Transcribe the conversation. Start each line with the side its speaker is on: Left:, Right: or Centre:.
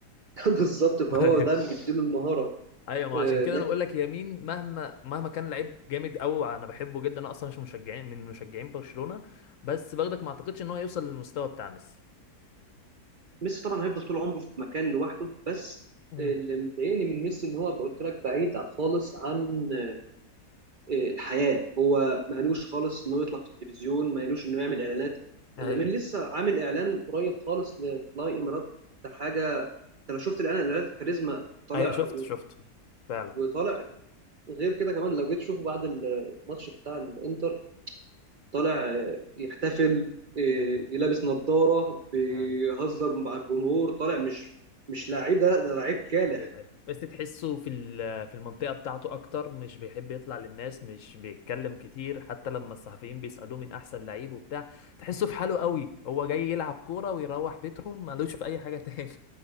Right: <laughs> بالظبط
Left: <laughs>
Right: فهو
Left: ايوه
Right: ده اللي بيديله المهاره
Left: ايوه ما
Right: آه،
Left: عشان كده
Right: لكن
Left: انا بقول لك يمين مهما مهما كان لعيب جامد قوي انا بحبه جدا انا اصلا مش مشجعين من مشجعين برشلونه بس برضك ما اعتقدش ان هو يوصل للمستوى بتاع ميسي
Right: ميسي طبعا هيفضل طول عمره في مكان لوحده بس
Left: امم
Right: آه، اللي مضايقني من ميسي ان هو قلت لك بعيد خالص عن آه، الحياه هو مالوش خالص انه يطلع في التلفزيون مالوش انه يعمل اعلانات
Left: ايوه
Right: لامين لسه عامل اعلان قريب خالص لفلاي امارات ده حاجه انت لو شفت الاعلان الاعلان كاريزما طالع
Left: ايوه شفت شفته فعلا
Right: وطالع غير كده كمان لو جيت تشوفه بعد الماتش بتاع الانتر طالع آه، يحتفل آه،
Left: ايوه
Right: لابس نظارة بيهزر
Left: ايوه
Right: مع الجمهور طالع مش مش لعيب ده ده لعيب كالح
Left: اي اي بس تحسه في ال- في المنطقه بتاعته اكتر مش بيحب يطلع للناس مش بيتكلم كتير حتى لما الصحفيين بيسالوه من احسن لعيب وبتاع تحسه في حاله قوي هو جاي يلعب كوره ويروح بيتهم ملوش في اي حاجه تاني